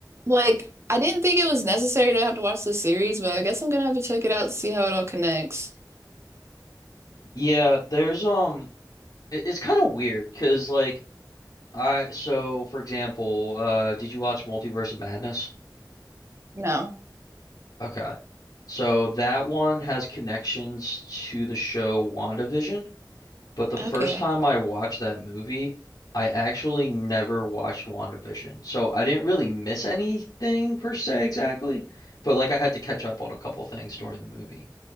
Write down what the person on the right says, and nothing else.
like I didn't think it was necessary to have to watch the series, but I guess I'm gonna have to check it out to see how it all connects.
No.
Okay.